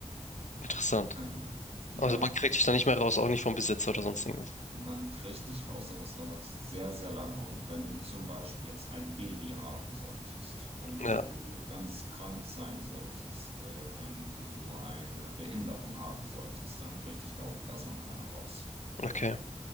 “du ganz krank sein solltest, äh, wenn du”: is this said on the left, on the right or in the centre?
Right